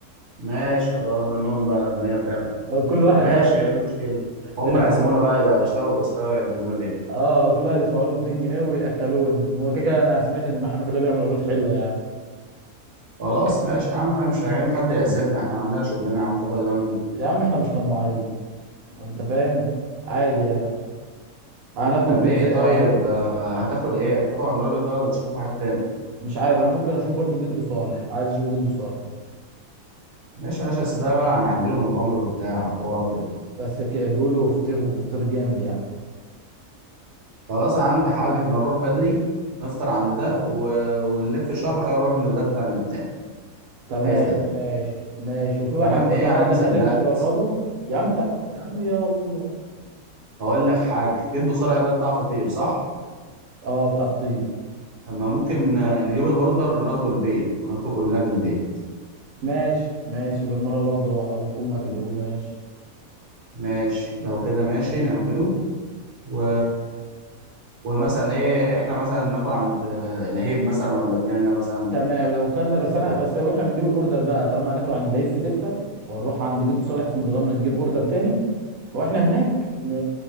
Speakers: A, on the right; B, on the right.
A: ماشي خلاص منهم بقى اغنياء فعلا
B: آه، كل واحد
A: ماشي
B: بقى
A: ايه المشكله هم
B: بيعزم-
A: يعزمونا بقى يبقى يشتغلوا تاسكايه ويعزمونا بيها
B: اه كل واحد يدفع له 200 جنيه وياكلونا هو كده كده انا سمعت ان محمد ده بيعمل عروض حلوه يعني
A: خلاص ماشي يا عم احنا مش عايزين حد يعزمنا احنا عندنا شغلنا يا عم كبر دماغك منه
B: يا عم احنا مش طماعين انت فاهم عادي يعني هناكل
A: طب
B: بيتزا
A: ايه طيب
B: واحد
A: آه، هتاكل ايه هتاكل عند الراجل ده ولا نشوف واحد تاني
B: مش عارف انا ممكن اشوف برضو جدو صالح عايز اشوف جدو صالح
A: ماشي يا باشا أصل ده بقى هنعدله من غمر وبتاع حوار كده
B: بس ك- بيقولوا فطير وفطير جامد يعني
A: خلاص انا عندي حل احنا نروح بدري نفطر عند ده و... ونلف شويه بعد كده نروح نتغدى عند التاني
B: تمام
A: اي خدعه
B: ماشي ماشي وفي واحد
A: تمام
B: برضو
A: ايه يا
B: عايز
A: عم
B: اخليك
A: صدقت
B: تجربه يا عم تع... يا عم يلا
A: هقول لك حاجه جدو صالح ده بتاع فطير صح
B: اه بتاع فطير
A: اما ممكن آه، نجيب الاوردر وناخده البيت وناكله كلنا في البيت
B: ماشي ماشي بالمره برضو ابوك وامك يدوقوه ماشي
A: ماشي لو كده ماشي نعمله و... ومثلا ايه احنا مثلا ناكل عند آه، لهيب مثلا ولا التاني ده مثلا
B: تمام لو كنا بس
A: صوت.
B: انا بس واحنا بنجيب الاوردر بقى طالما هناكل عند لهيب في زفته وهنروح عند جد صالح في متغمره نجيب اوردر تاني واحنا هناك ن...